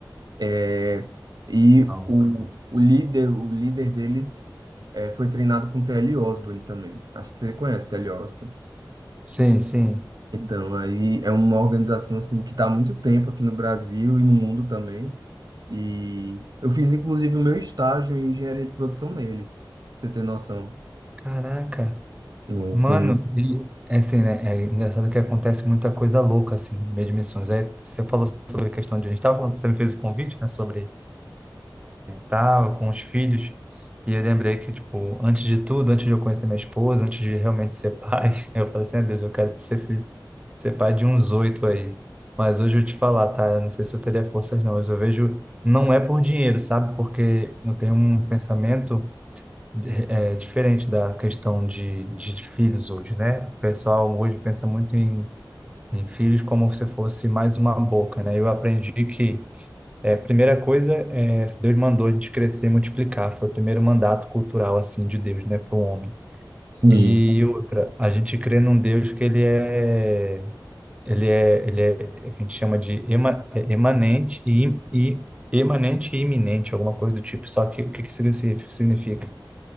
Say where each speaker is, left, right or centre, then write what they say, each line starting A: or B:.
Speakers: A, on the right (about 55°); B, on the right (about 15°).
A: é, e
B: Não.
A: o, o líder, o líder deles é, foi treinado com T.L. Osborne também. Acho que você conhece T.L. Osborne.
B: Sim, sim.
A: Então, aí é uma organização assim que está há muito tempo aqui no Brasil e no mundo também. E eu fiz, inclusive, o meu estágio em engenharia de produção neles, pra você ter noção.
B: Caraca.
A: Hum,
B: Mano,
A: Foi muito.
B: e é assim, né? É engraçado que acontece muita coisa louca, assim, no meio de missões. Aí você falou sobre a questão de. A gente estava falando, você me fez o convite, né? Sobre tal, com os filhos. E eu lembrei que, tipo, antes de tudo, antes de eu conhecer minha esposa, antes de realmente ser pai, <laughs> eu falei assim, ah, Deus, eu quero ser filho, ser pai de uns oito aí. Mas hoje eu te falar, tá? Eu não sei se eu teria forças, não. Mas eu vejo, não é por dinheiro, sabe? Porque eu tenho um pensamento é, diferente da questão de, de filhos hoje, né? O pessoal hoje pensa muito em, em filhos como se fosse mais uma boca, né? Eu aprendi que é, primeira coisa, é, Deus mandou a gente crescer e multiplicar. Foi o primeiro mandato cultural assim de Deus, né, para o homem.
A: Sim,
B: E outra, a gente crê num Deus que ele é, ele é, ele é, a gente chama de ema, é, emanente e, im- e emanente e iminente, alguma coisa do tipo. Só que o que que significa?